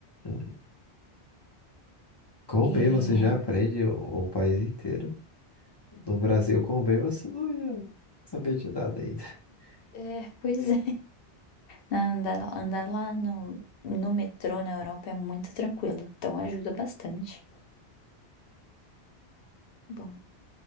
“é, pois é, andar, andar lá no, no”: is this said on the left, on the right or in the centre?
Left